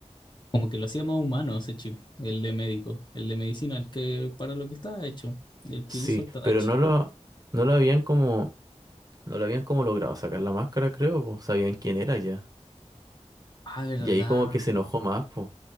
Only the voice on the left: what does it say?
como que lo hacía más humano ese chip, el de médico, el de medicina, el que para lo que estaba hecho, el
que hizo el Tadachi.
Ah, ¿verdad?